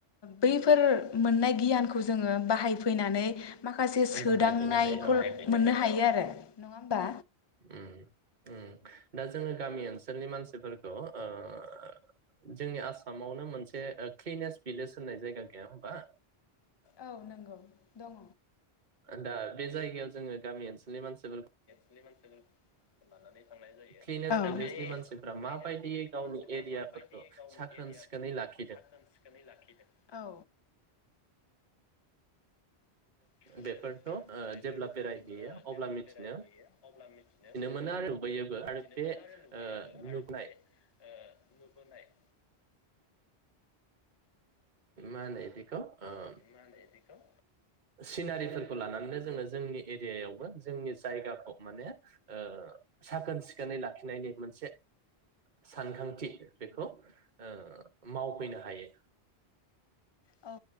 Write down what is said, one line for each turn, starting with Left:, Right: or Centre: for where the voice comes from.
Left: बैफोर मोननाय गियानखौ जोङो बाहायफैनानै माखासे सोदांनायखौ
Right: बाहायफैनो हायो औ
Left: मोननो हायो आरो नङा होमबा।
Right: उ उ दा जोङो गामि ओनसो सोलनि मानसिफोरखौ ओह जोंनि आसामावनो मोनसे क्लिनेस भिलेज होननाय जायगा गैया होमबा।
Left: ओउ नोंगौ दङ।
Right: दा बे जायगायाव जोङो गामि ओनसोलनि मानसिफोर
Left: लानानै थांनाय जायो
Right: क्लिनेस भिलेजनि
Left: बे
Right: मानसिफ्रा
Left: क्लिनज
Right: माबायदियै
Left: भिलेजनि
Right: गावनि
Left: मानसिफ्रा
Right: एरियाफोरखौ
Left: माबायदि गाव
Right: साखोन
Left: एरियाफोरखौ
Right: सिखोनै लाखिदों
Left: साखोन सिखोनै लाखिदों औ जों
Right: बेफोरखौ ओ
Left: बेफोरखौ
Right: जेब्ला बेरायहैयो
Left: ओह
Right: अब्ला
Left: जेब्ला
Right: मिथिनो
Left: बेरायहैयो अब्ला मिथिनो
Right: मोनो आरो नुबोयोबो
Left: मिथिनो
Right: आरो बे
Left: मोनो
Right: ओ
Left: आरो नुबोयोबो आरो
Right: नुनाय
Left: बे ओह नुबोनाय।
Right: मानदिखौ <unintelligible>
Left: <unintelligible> बिखौ
Right: सिनारिफोरखौ लानानैनो जोङो जोंनि एरियायावबो जोंनि जायगाखौ माने ओ साखोन सिखोनै लाखिनायनि मोनसे सानखांथि बेखौ ओ मावफैनो हायो
Left: औ